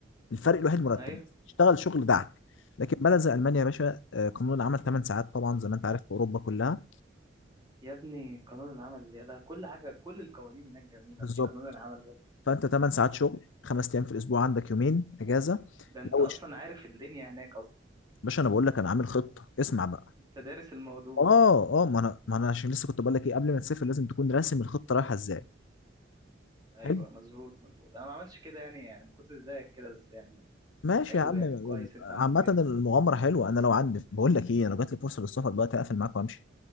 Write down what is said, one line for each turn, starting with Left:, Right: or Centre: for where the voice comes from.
Left: الفرق الوحيد مرتب
Right: ايوه
Left: تشتغل شغل دعك لكن بلد زي المانيا يا باشا آه، قانون العمل 8 ساعات طبعا زي ما انت عارف في اوروبا كلها
Right: يا ابني قانون العمل يا ده كل حاجة كل القوانين هناك جميلة
Left: بالظبط
Right: مش قانون العمل بس
Left: فانت 8 ساعات شغل خمس ايام في الاسبوع عندك يومين اجازه
Right: ده انت
Left: لو
Right: اصلا
Left: اشت-
Right: عارف الدنيا هناك اصلا
Left: باشا انا بقول لك انا عامل خطه اسمع بقى
Right: انت دارس الموضوع
Left: اه اه ما انا ما انا عشان لسه كنت بقول لك ايه قبل ما تسافر لازم تكون راسم الخطه رايحه ازاي
Right: ايوه
Left: حلو
Right: مظبوط مظبوط انا ما عملتش كده يعني يعني ما كنتش زيك كده بس يعني
Left: ماشي
Right: حلو
Left: يا عم
Right: يعني كويس انت عملت
Left: عامه
Right: كده
Left: المغامره حلوه انا لو عندي بقول لك ايه انا لو جات لي فرصه للسفر دلوقتي اقفل معاك وامشي